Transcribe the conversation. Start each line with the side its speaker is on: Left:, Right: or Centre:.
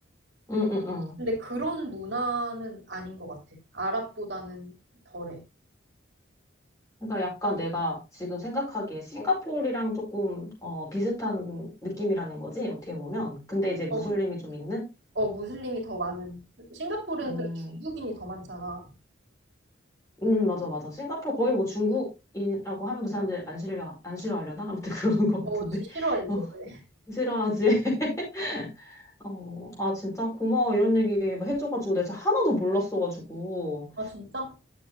Left: 응응응.
Right: 근데 그런 문화는 아닌 것 같아. 아랍보다는 덜해.
Left: 그러니까 약간 내가 지금 생각하기에 싱가포르랑 조금 어, 비슷한 느낌이라는 거지 어떻게 보면. 근데 이제 무슬림이
Right: 어, 그,
Left: 좀 있는.
Right: 어, 무슬림이 더 많은. 싱가포르는
Left: 음,
Right: 그 중국인이 더 많잖아.
Left: 음 맞아 맞아. 싱가포르 거의 뭐 중국이라고 하면 그 사람들 안 싫어 안 싫어하려나? 아무튼 <laughs> 그런 거
Right: 어,
Left: 같은데.
Right: 싫어해,
Left: 어,
Right: 싫어해.
Left: 싫어하지. <laughs> 어, 아, 진짜 고마워. 이런 얘기 뭐 해줘가지고 내가 진짜 하나도 몰랐어가지고.
Right: 아, 진짜?